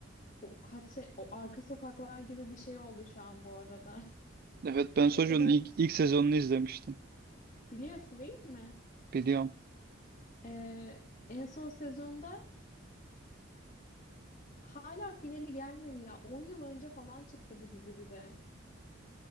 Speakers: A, on the left; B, on the right.
A: O kaç se- o arka sokaklar gibi bir şey oldu şu an bu arada. <laughs>
B: Evet ben Sojourner'ın
A: O kadar
B: ilk, ilk sezonunu izlemiştim.
A: biliyorsun değil mi?
B: Biliyorum.
A: Eee, en son sezonda hala finali gelmedi ya. 10 yıl önce falan çıktı bu dizi bir de.